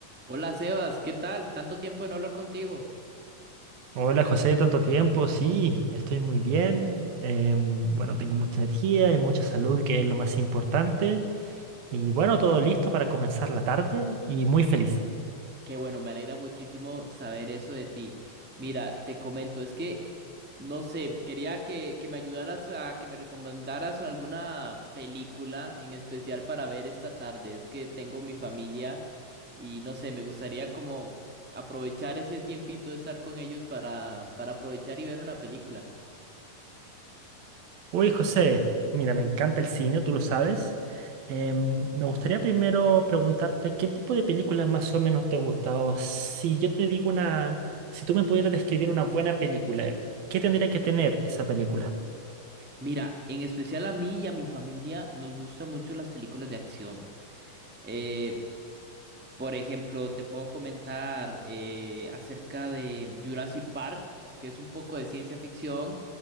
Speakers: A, in the centre; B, on the right.
A: Hola Sebas, ¿qué tal? Tanto tiempo de no hablar contigo.
B: Hola José, tanto tiempo. Sí, estoy muy bien. Em, bueno, tengo mucha energía y mucha salud, que es lo más importante. Y bueno, todo listo para comenzar la tarde y muy feliz.
A: Qué bueno, me alegra muchísimo saber eso de ti. Mira, te comento, es que, no sé, quería que, que me ayudaras a que me recomendaras alguna película en especial para ver esta tarde. Es que tengo mi familia y no sé, me gustaría como aprovechar ese tiempito de estar con ellos para, para aprovechar y ver una película.
B: Uy, José, mira, me encanta el cine, tú lo sabes. Em, me gustaría primero preguntarte qué tipo de películas más o menos te gusta. O si yo te digo una, si tú me pudieras describir una buena película, ¿qué tendría que tener esa película?
A: Mira, en especial a mí y a mi familia nos gustan mucho las películas de acción. Eh, por ejemplo, te puedo comentar eh, acerca de Jurassic Park, que es un poco de ciencia ficción,